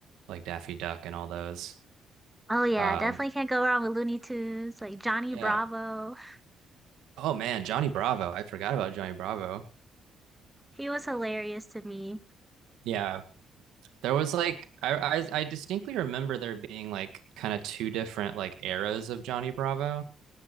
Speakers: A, on the right; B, in the centre.
A: like Daffy Duck and all those.
B: Oh yeah,
A: Um,
B: definitely can't go wrong with Looney Tunes, like Johnny
A: yeah.
B: Bravo. <laughs>
A: Oh man, Johnny Bravo. I forgot about Johnny Bravo.
B: He was hilarious to me.
A: Yeah. There was like I I, I distinctly remember there being like kind of two different like eras of Johnny Bravo.